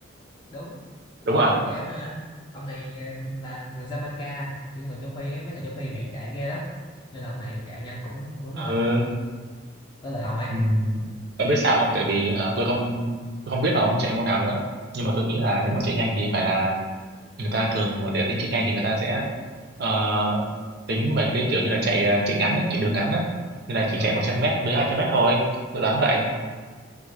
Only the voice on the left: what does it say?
đúng
câu này
cũng dễ mà ông này ờ, là người Jamaica những người châu Phi ấy, mấy người châu Phi chạy chạy ghê lắm nên là ông này chạy nhanh cũng đúng
rồi với lại ông ấy
ok